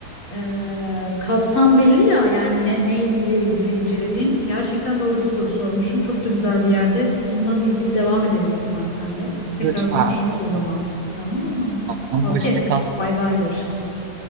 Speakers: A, on the left; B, on the right.
A: e, kapsam belli ya yani ne ne ile ilgili incelediğin gerçekten doğru bir soru sormuşum. Çok da güzel bir yerde. Bununla ilgili devam edelim lütfen sen de. Tekrar
B: Lütfen.
A: konuşuruz o zaman.
B: Tamam.
A: Tamam mı?
B: Tamam.
A: Okey.
B: Hoşça kal.
A: Bay bay görüşürüz.